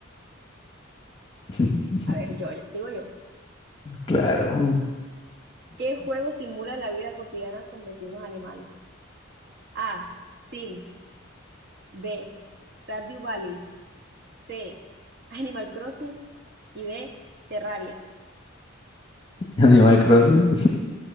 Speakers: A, on the left (about 25°); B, on the right (about 55°).
A: <laughs>
B: a ver, yo, yo, sigo yo.
A: Claro.
B: ¿Qué juego simula la vida cotidiana con vecinos animales? A. Sims. B. Stardew Valley. C. Animal Crossing. Y D. Terraria.
A: Animal Crossing.